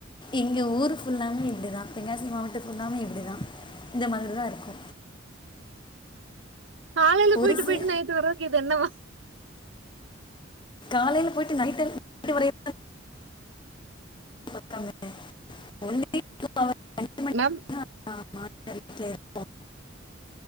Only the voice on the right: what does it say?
காலைல
பொயிட்டு
பொயிட்டு நைட்டு வர்றதுக்கு இது என்னவ
மேம்